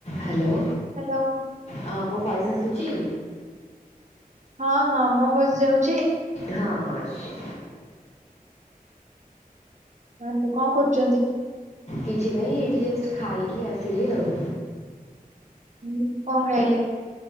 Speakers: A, on the left; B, on the right.
A: Hello
B: hello
A: ହଁ ମୋ voice ଆସୁଛି।
B: ହଁ ହଁ ମୋ ଭଏଜ୍ ଯାଉଚି।
A: ହଁ ହଁ ଆସୁଛି।
B: <unintelligible> କଣ କରୁଚନ୍ତି।
A: କିଛି ନହିଁ ଏଇଠି ଜଷ୍ଟ ଖାଇକି ଆସିଲି ଆଉ।
B: ହୁଁ କଣ ଖାଇଲେ।